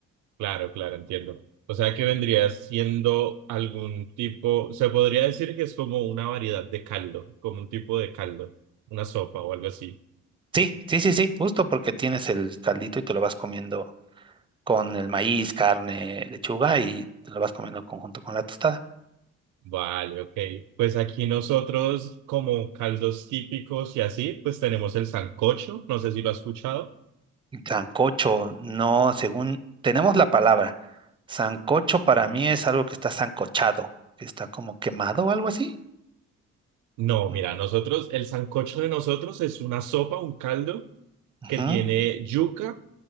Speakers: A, on the right; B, on the right.
A: Claro, claro, entiendo. O sea que vendría siendo algún tipo, se podría decir que es como una variedad de caldo, como un tipo de caldo, una sopa o algo así.
B: Sí, sí, sí, sí, justo porque tienes el caldito y te lo vas comiendo con el maíz, carne, lechuga y te lo vas comiendo conjunto con la tostada.
A: Vale, ok. Pues aquí nosotros como caldos típicos y así, pues tenemos el sancocho, no sé si lo has escuchado.
B: Sancocho, no, según tenemos la palabra. Sancocho para mí es algo que está sancochado, que está como quemado o algo así.
A: No,
B: Mm,
A: mira, nosotros, el sancocho de nosotros es una sopa, un caldo
B: ujú,
A: que tiene yuca,